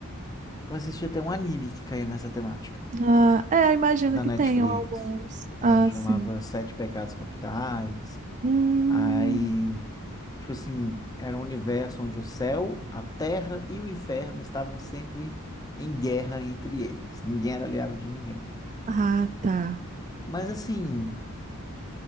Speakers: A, on the left (about 15°); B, on the right (about 35°).
A: Eu assisti até um anime que caía nessa temática,
B: Ah, é, imagino
A: da
B: que
A: Netflix.
B: tenham alguns.
A: É,
B: Ah,
A: chamava
B: sim.
A: Sete Pecados Capitais.
B: Hum,
A: Aí, tipo assim, era um universo onde o céu, a terra e o inferno estavam sempre em guerra entre eles. Ninguém era aliado de ninguém.
B: ah, tá.
A: Mas assim.